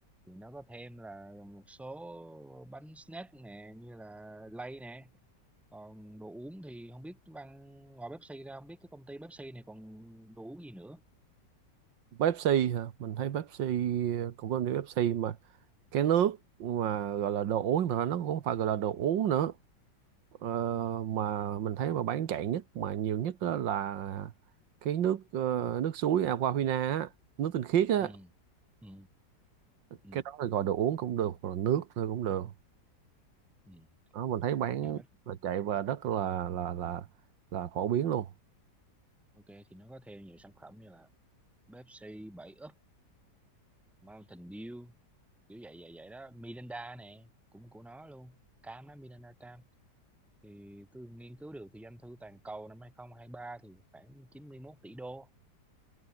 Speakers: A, in the centre; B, on the right.
A: thì nó có thêm là một số bánh snack nè như là lay nè còn đồ uống thì không biết văn ngoài Pepsi ra không biết cái công ty Pepsi này còn đồ uống gì nữa
B: Pepsi hả mình thấy Pepsi cũng có nhiều Pepsi mà cái nước mà gọi là đồ uống mà nó cũng không phải gọi là đồ uống nữa Ờ, mà mình thấy mà bán chạy nhất mà nhiều nhất á là cái nước ờ, nước suối Aquafina á, nước tinh khiết á
A: ừ ừ ừ
B: cái đó là gọi đồ uống cũng được hoặc là nước thôi cũng được
A: ừ
B: đó, mình thấy bán
A: thì nó
B: là chạy và rất là là là là phổ biến luôn
A: ok thì nó có thêm nhiều sản phẩm như là Pepsi 7 Up Mountain Dew kiểu vậy vậy vậy đó Miranda nè cũng của nó luôn cam đó Miranda cam thì tôi nghiên cứu được thì doanh thu toàn cầu năm 2023 thì khoảng 91 tỷ đô